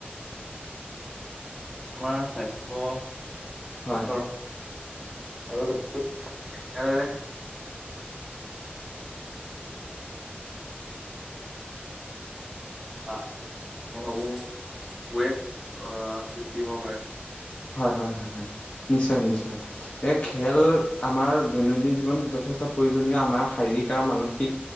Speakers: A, in the centre; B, on the left.
A: তোমাৰ স্বাস্থ্য
B: হয়
A: <unintelligible> আৰু যদি খেলে অ মই ভাবোঁ সমূহ ওৱেভ অ' সৃষ্টি হ'ব পাৰে।
B: হয় হয় হয় হয় নিশ্চয় নিশ্চয়, এই খেল আমাৰ দৈনন্দিন জীৱন যথেষ্ট প্ৰয়োজনীয় আমাৰ শাৰীৰিক আৰু মানসিক